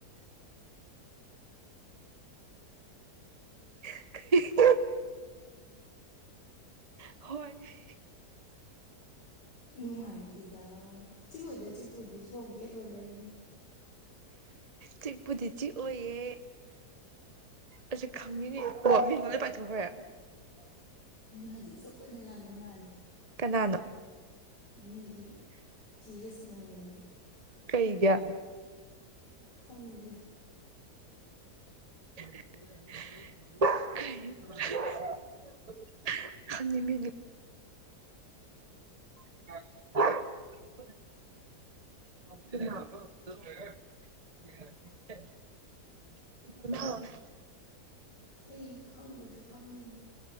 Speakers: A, on the right (about 30°); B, on the left (about 80°).
A: <unintelligible> ꯍꯣꯏ <unintelligible>
B: ꯅꯨꯡꯉꯥꯏꯇꯦꯗ ꯆꯤꯛꯑꯣꯏꯗ ꯆꯤꯛꯄꯨꯗꯤ ꯁꯣꯝ ꯒꯦꯠ ꯂꯣꯟꯕꯅꯤꯅ꯫
A: ꯆꯤꯛꯄꯨꯗꯤ ꯆꯤꯛꯑꯣꯏꯌꯦ꯫ ꯑꯁꯤ ꯈꯪꯉꯤꯅꯦꯕꯀꯣ ꯃꯤꯍꯨꯟꯒ ꯂꯣꯏ ꯄꯥꯏꯊꯣꯛꯈ꯭ꯔꯦ꯫
B: <unintelligible> ꯏꯁꯧ ꯀꯟꯅ ꯂꯥꯡꯕ ꯃꯥꯜꯂꯦ꯫
A: ꯀꯅꯥꯅꯣ꯫
B: ꯃꯤꯒꯤ ꯇꯤ ꯍꯩꯁ ꯃꯪꯂꯦꯝꯕꯤ꯫
A: ꯀꯩꯒꯤ
B: ꯈꯪꯗꯦ꯫
A: <unintelligible> ꯍꯅꯤꯃꯤꯅꯤ <inaudible> <inaudible> <inaudible>
B: ꯑꯩ ꯈꯪꯗꯗ ꯐꯝꯃꯤꯅꯦ